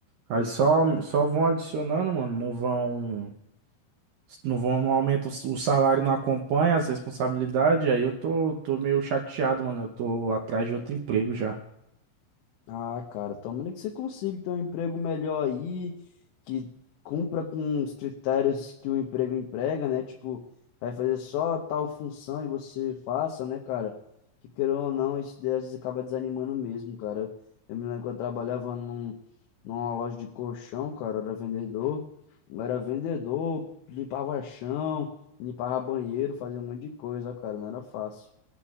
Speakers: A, on the right; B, on the left.
A: Aí só, só vão adicionando, mano, não vão. Não vão, não aumenta, o s- o salário não acompanha as responsabilidades, aí eu tô, tô meio chateado, mano. Eu tô atrás de outro emprego já.
B: Ah, cara, tomara que você consiga ter um emprego melhor aí, que cumpra com os critérios que o emprego emprega, né? Tipo, vai fazer só tal função e você faça, né, cara? Que querendo ou não, isso daí às vezes acaba desanimando mesmo, cara. Eu me lembro que eu trabalhava num, numa loja de colchão, cara, eu era vendedor. Eu era vendedor, limpava chão, limpava banheiro, fazia um monte de coisa, cara, não era fácil.